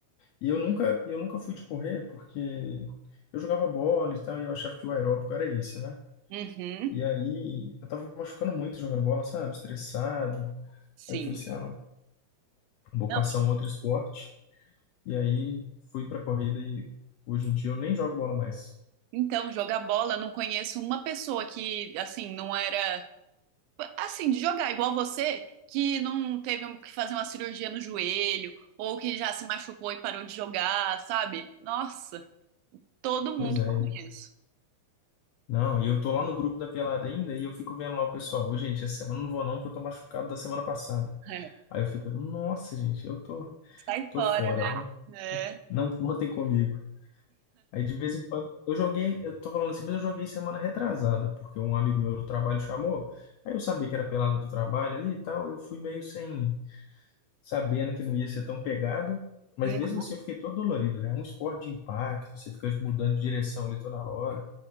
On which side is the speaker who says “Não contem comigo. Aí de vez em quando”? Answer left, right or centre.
Left